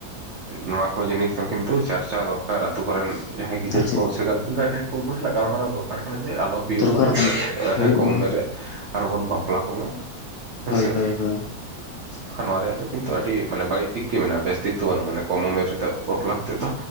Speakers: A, on the right (about 60°); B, on the left (about 70°).
A: ᱱᱚᱣᱟ ᱠᱚ ᱡᱤᱱᱤᱥ ᱫᱚ ᱠᱤᱱᱛᱩ ᱪᱟᱨᱪᱟ ᱫᱚᱨᱠᱟᱨ ᱟᱹᱛᱩ ᱠᱚᱨᱮᱱ ᱡᱟᱦᱟᱸᱭ ᱜᱤᱫᱟᱹᱨ
B: ᱟᱨ ᱪᱮᱫ
A: ᱠᱚ ᱥᱮ ᱜᱟᱨᱡᱮᱱ ᱠᱚ ᱩᱱᱠᱩ ᱥᱟᱞᱟᱜ ᱜᱟᱞᱢᱟᱨᱟᱣ ᱫᱚᱨᱠᱟᱨ᱾ ᱟᱞᱚ ᱦᱩᱭᱩᱜ
B: ᱫᱚᱨᱠᱟᱨ
A: ᱢᱟ ᱱᱚᱝᱠᱟ
B: ᱠᱟᱱᱟ
A: ᱫᱚ
B: ᱦᱩᱭᱩᱜ
A: ᱦᱮᱸ ᱠᱚᱢ
B: ᱢᱟ
A: ᱩᱢᱮᱨ ᱨᱮ ᱟᱞᱚ ᱵᱚᱱ ᱵᱟᱯᱞᱟ ᱠᱚᱢᱟ᱾ ᱦᱮᱸᱥᱮ
B: ᱦᱚᱭ ᱦᱚᱭ ᱦᱚᱭ᱾
A: ᱵᱟᱠᱷᱟᱱ ᱱᱚᱣᱟ ᱨᱮᱭᱟᱜ ᱫᱚ ᱠᱤᱱᱛᱩ ᱟᱹᱰᱤ ᱢᱟᱱᱮ ᱵᱟᱹᱲᱤᱡ ᱫᱤᱠ ᱜᱮ ᱢᱮᱱᱟᱜᱼᱟ ᱵᱮᱥ ᱫᱤᱠ ᱫᱚ ᱵᱟᱹᱱᱩᱜᱼᱟ ᱢᱟᱱᱮ ᱠᱚᱢ ᱩᱢᱮᱨ ᱨᱮᱫᱚ ᱵᱟᱯᱞᱟ ᱛᱮᱫᱚ᱾